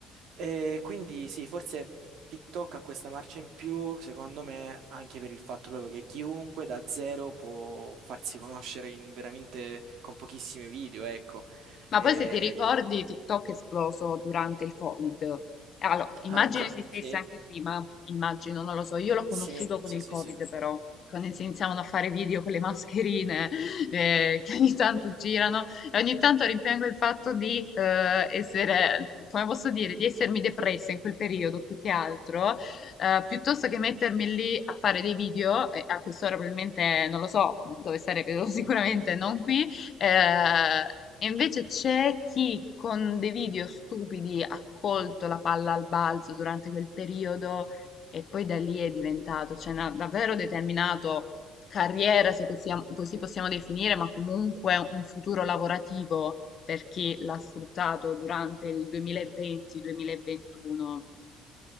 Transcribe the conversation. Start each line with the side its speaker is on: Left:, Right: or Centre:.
Right: e quindi sì, forse TikTok ha questa marcia in più, secondo me, anche per il fatto proprio che chiunque da zero può farsi conoscere in veramente con pochissimi video, ecco,
Left: Ma
Right: E
Left: poi se ti ricordi, TikTok è esploso durante il Covid. Allora, immagino
Right: anche,
Left: esistesse
Right: sì,
Left: anche prima, immagino, non lo so, io l'ho
Right: sì,
Left: conosciuto con
Right: sì,
Left: il
Right: sì,
Left: Covid
Right: sì.
Left: però, quando si iniziavano a fare video con le mascherine eh, che ogni tanto girano e ogni tanto rimpiango il fatto di eh, essere, come posso dire, di essermi depressa in quel periodo più che altro, eh, piuttosto che mettermi lì a fare dei video, e a quest'ora probabilmente, non lo so, dove sarebbe <laughs> sicuramente non qui, eh, e invece c'è chi con dei video stupidi ha colto la palla al balzo durante quel periodo e poi da lì è diventato, cioè, na- davvero determinato carriera, se così, così possiamo definire, ma comunque un futuro lavorativo per chi l'ha sfruttato durante il 2020-2021.